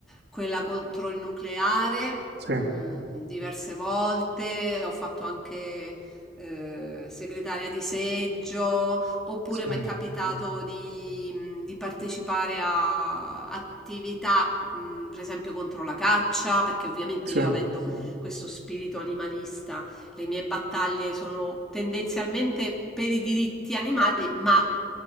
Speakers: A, in the centre; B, on the right (about 65°).
A: quella contro il nucleare,
B: Sì,
A: mh, diverse volte, ho fatto anche eh, segretaria di seggio, oppure
B: sì,
A: mi è capitato di, mh, di partecipare a attività, mh, per esempio contro la caccia, perché ovviamente
B: sì,
A: io avendo Sì, questo spirito animalista. Le mie battaglie sono tendenzialmente per i diritti animali, ma